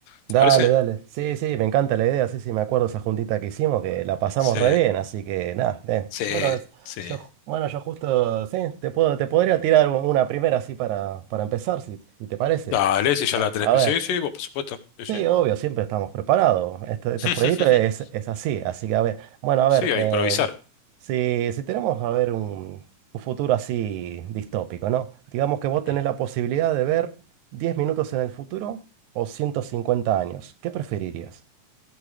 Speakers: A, on the left; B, on the right.
A: ¿Te
B: Dale,
A: parece?
B: dale. Sí, sí, me encanta la idea. Sí, sí, me acuerdo esa juntita que hicimos, que la pasamos
A: Sí,
B: re bien, así que nada. eh.
A: sí,
B: Bueno, es-
A: sí.
B: yo, ju- bueno, yo justo, sí, te puedo, te podría tirar u- una primera así para, para empezar, si, si te parece.
A: Dale, si ya
B: A,
A: la tenés.
B: a ver.
A: Sí, sí, vos, por supuesto. Sí,
B: Sí, obvio, siempre estamos preparados. Este, este
A: sí.
B: jueguito es,
A: <laughs>
B: es así, así que a ver, bueno, a
A: Sí,
B: ver,
A: a
B: eh,
A: improvisar.
B: si, si tenemos, a ver, un, un futuro así distópico, ¿no? Digamos que vos tenés
A: Ujú.
B: la posibilidad de ver 10 minutos en el futuro o 150 años, ¿qué preferirías?